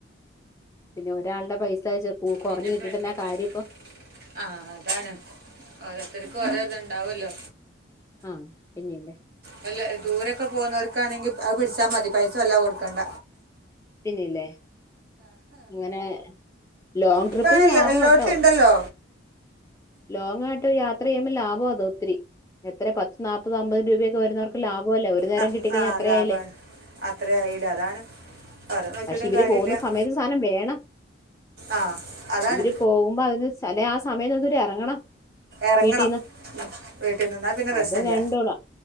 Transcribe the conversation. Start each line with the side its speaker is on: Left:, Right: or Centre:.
Left: പിന്നെ ഒരാളുടെ പൈസ കുറഞ്ഞു
Right: നിന്റെ
Left: കിട്ടിട്ടന്നാ
Right: ഫ്രണ്ടും
Left: കാര്യം
Right: ബാക്ക്
Left: ഇപ്പൊ
Right: ആ അതാണ് ഓരോരുത്തർക്കും ഓരോ ഇത്ണ്ടാവല്ലോ
Left: ആ പിന്നെല്ലേ
Right: വല്ല ദൂരൊക്കെ പോകുന്നവർക്കാണെങ്കിൽ അത് പിടിച്ചാൽ മതി പൈസ വല്ലത കൊടുക്കണ്ട
Left: പിന്നെല്ലേ അങ്ങനെ ലോങ് ട്രിപ്പിന്
Right: ഇപ്പം അങ്ങനെ
Left: ലാഭംട്ടോ
Right: എല്ലാ- എല്ലായിടത്തും ഉണ്ടല്ലോ
Left: ലോങ്ങ ആയിട്ടോ യാത്ര ചെയ്യുമ്പോൾ ലാഭം അതോ ഒത്തിരി എത്ര പത്ത് നാൽപ്പത് അമ്പത് രൂപയക്കെ വരുന്നവർക്ക് ലാ പോല്ലെ ഒരു നേരം
Right: ആ,
Left: കിട്ടിക്കഴിഞ്ഞാ
Right: ആ
Left: അത്രായില്ലേ
Right: ലാഭമാണ് അത്രേ ആയില്ല അതാണ് ഓരോ നോക്കിയിട്ടും
Left: പക്ഷെ ഇവര്
Right: കാര്യമില്ല
Left: പോകുന്ന സമയത്ത് സാനം വേണം.
Right: ആ അതാണ്
Left: ഇവര് പോകുമ്പോ അതിന് ചില ആ സമയൊന്നര് ഇറങ്ങണം.
Right: ഇറങ്ങണം
Left: വീട്ടീന്ന്
Right: വീട്ടിൽ നിന്നാ പിന്നെ പ്രശ്നമില്ല
Left: അത് രണ്ടള